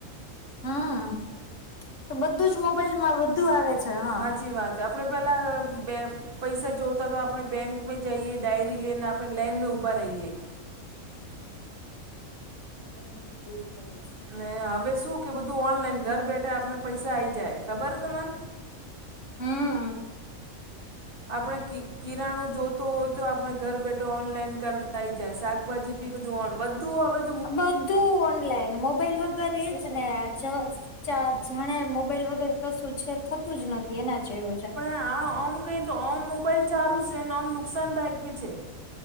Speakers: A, on the left; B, on the right.
A: હા બધું જ મોબાઈલમાં બધું આવે છે. હા.
B: સાચી વાત આપણે પેલા બે પૈસા જોવતા તો આપણે બેંકમાં જઈએ ડાયરી લઈને આપણે લેઈનમાં ઊભા રહીએ.
A: <unintelligible>
B: ને હવે શું કે બધું ઓનલાઈન ઘર બેઠા આપને પૈસા આઈ જાય ખબર હે તમને?
A: હમ
B: આપણે કિરાણું જોતો હોય તો આપણે ઘર બેઠો ઓનલાઈન કરતાઈ જાય સાક. ભાજી બી બધું વધુ આવે.
A: બધું ઓનલાઈન મોબાઈલ વગર એજને. ચાર જાણે મોબાઈલ વગેર કશું છે થતું જ નથી એના જેવું છે.
B: હા ઓમ કહીન તો ઓમ મોબાઈલ ચારુ સે અને ઓમ નુકસાનદાયક બી છે.